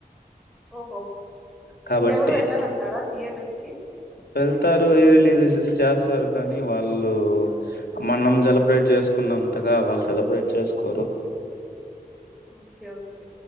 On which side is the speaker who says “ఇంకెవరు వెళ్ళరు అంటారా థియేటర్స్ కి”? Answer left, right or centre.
Centre